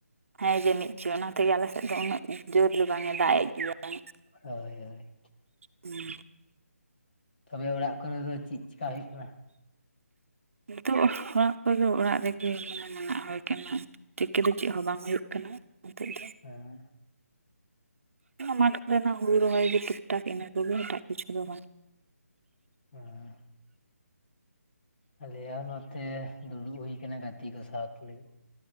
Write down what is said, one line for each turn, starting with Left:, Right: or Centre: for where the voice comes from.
Right: ᱦᱮᱸ ᱡᱟᱹᱱᱤᱡ ᱪᱚ ᱚᱱᱟ ᱛᱮᱜᱮ ᱟᱞᱮ ᱥᱮᱫ ᱫᱚ ᱩᱱᱟᱹᱜ ᱡᱳᱨ ᱫᱚ ᱵᱟᱝᱼᱮ ᱫᱟᱜ ᱮᱜ ᱜᱮᱭᱟ ᱾
Left: ᱦᱳᱭ ᱦᱳᱭ
Right: ᱦᱩᱸ
Left: ᱛᱚᱵᱮ ᱚᱲᱟᱜ ᱠᱚᱨ ᱫᱚ ᱪᱤᱜ ᱪᱤᱠᱟ ᱦᱩᱭᱩᱜ ᱠᱟᱱᱟ ᱾
Right: ᱱᱤᱛᱚᱜ ᱚᱲᱟᱜ ᱠᱚᱫᱚ ᱚᱲᱟᱜ ᱨᱮᱜᱮ ᱢᱟᱱᱮ ᱢᱟ ᱦᱩᱭ ᱠᱟᱱᱟ ᱾ ᱪᱤᱠᱟᱹ ᱫᱚ ᱪᱮᱜ ᱦᱚᱸ ᱵᱟᱝ ᱦᱩᱭᱩᱜ ᱠᱟᱱᱟ ᱱᱤᱛᱚᱜ ᱫᱚ ᱾
Left: ᱮᱸ
Right: ᱢᱟᱴᱷ ᱠᱚᱨᱮᱱᱟᱜ ᱦᱩᱲᱩ ᱨᱚᱦᱚᱭ ᱜᱮ ᱴᱩᱠᱼᱴᱟᱠ ᱤᱱᱟᱹ ᱠᱚᱜᱮ ᱮᱴᱟᱜ ᱠᱤᱪᱷᱩ ᱫᱚ ᱵᱟᱝ ᱾
Left: <inaudible> ᱟᱞᱮᱭᱟᱜ ᱱᱚᱛᱮ ᱫᱩᱲᱩᱜ ᱦᱩᱭ ᱠᱟᱱᱟ ᱜᱟᱛᱮ ᱠᱚ ᱥᱟᱶ ᱞᱟᱹᱜᱤᱫ